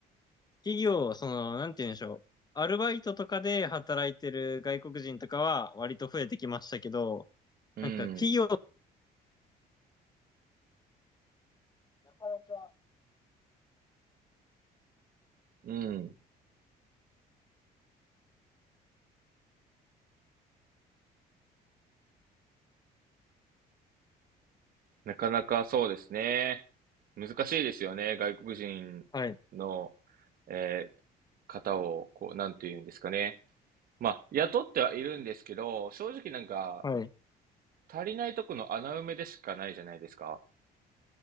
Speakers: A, on the left; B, on the right.
A: 企業、その、なんて言うんでしょう。アルバイトとかで働いてる外国人とかは割と増えてきましたけど、
B: うん。
A: なんか企業、なかなか
B: うん。なかなかそうですね。難しいですよね。外国人の、
A: はい、
B: えー方を、こう、なんていうんですかね。まあ、雇ってはいるんですけど、正直なんか、
A: はい。
B: 足りないとこの穴埋めでしかないじゃないですか。